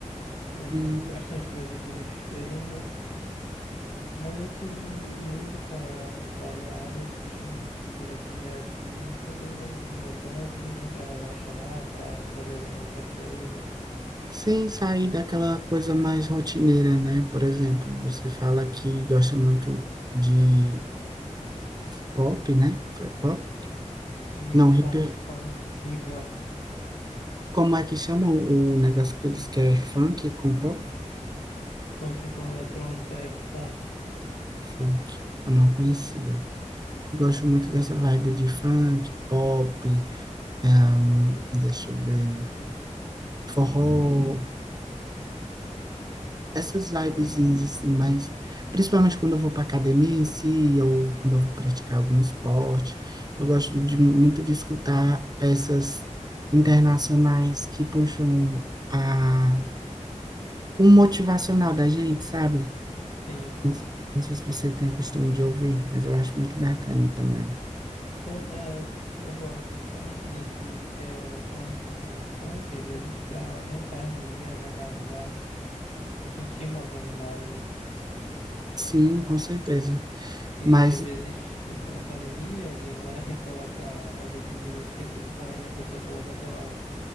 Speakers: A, on the left; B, on the right.
A: Eu gosto
B: Hum,
A: de- bastante de ouvir durante os treinos. Mas assim, de música variada, assim, durante o dia a dia. Também às vezes é bom ouvir, né? Pra relaxar, pra fazer alguma outra coisa.
B: Sem sair daquela coisa mais rotineira, né? Por exemplo, você fala que gosta muito de pop, né? Foi pop?
A: De
B: Não, hip.
A: funk, funk, hip hop.
B: Como é que chama o o negócio que tu disse que é funk com pop?
A: Funk com eletrônica é funk.
B: Funk. Eu não conhecia. Eu Gosto muito dessa vibe de funk, pop, ahn, deixa eu ver, forró, essas vibezinhas assim, mas principalmente quando eu vou para academia em si, ou quando eu vou praticar algum esporte, eu gosto de, muito de escutar essas internacionais que puxam a, o motivacional da gente, sabe?
A: Sim.
B: Não, não sei se você tem costume de ouvir, mas eu acho muito bacana também.
A: Então, é, eu, eu gosto justamente desse que é eletrônico pelo funk, às vezes para aumentar a energia, né? Dar um gás e sentir mais animado, né?
B: Sim, com certeza.
A: Que
B: Mas,
A: às vezes eu tô na academia, alguém vai <laughs> colocar, às vezes eu esqueço o fone, a pessoa coloca, sei lá, um,